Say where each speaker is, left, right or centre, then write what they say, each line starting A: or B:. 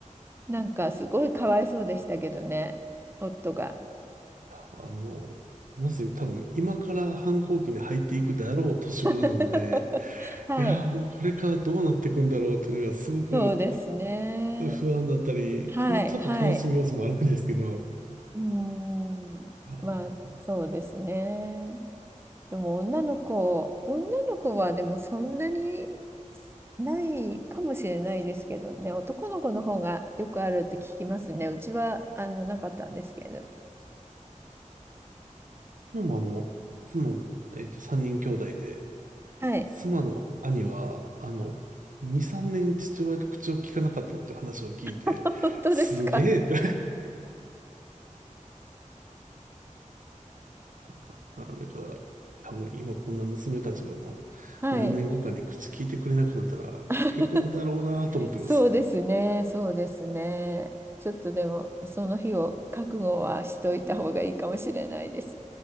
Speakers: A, on the right (about 20°); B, on the right (about 80°).
A: なんかすごいかわいそうでしたけどね、夫が。
B: あの、まさに多分今から反抗期に入っていくだろう年頃なので、
A: <laughs> はい、
B: いやーもうこれからどうなっていくんだろうっていうのがすごく
A: そうですね。
B: 不安だったり、
A: はい、
B: まあちょっと楽しみ要素もあるんですけど、
A: はい。うーん、
B: いやー
A: まあ、そうですね。でも女の子、女の子はでもそんなにないかもしれないですけどね、男の子の方がよくあるって聞きますね。うちはあのなかったんですけれど。
B: 妻もあの、妻も、えっと、三人兄弟で、
A: はい。
B: 妻の兄は、あの、2、3年父親と口を聞かなかったっていう話を聞いて、
A: <laughs> 本当ですか。
B: すげえって。<laughs> あ、だから、多分今こんな娘たちがあの、
A: はい。
B: 何年後かに口聞いてくれなくなったら、
A: <laughs>
B: へこむだろうなと思ってます。
A: そうですね、そうですね。ちょっとでも、その日を覚悟はしといた方がいいかもしれないです。